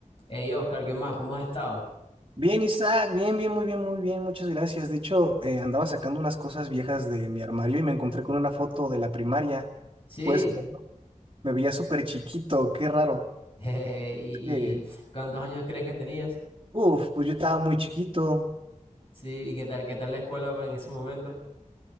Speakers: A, on the left; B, on the right.
A: Hey Oscar, ¿qué más? ¿Cómo has estado?
B: Bien, Isaac, bien, bien, muy bien, muy bien, muchas gracias. De hecho, eh, andaba sacando unas cosas viejas de mi armario y me encontré con una foto de la primaria.
A: Sí.
B: Pues me veía súper chiquito, qué raro.
A: <laughs> jejeje, ¿Y,
B: Es
A: y cuántos años crees que tenías?
B: Uf, pues yo estaba muy chiquito.
A: Sí. ¿Y qué tal, qué tal la escuela pa- en ese momento?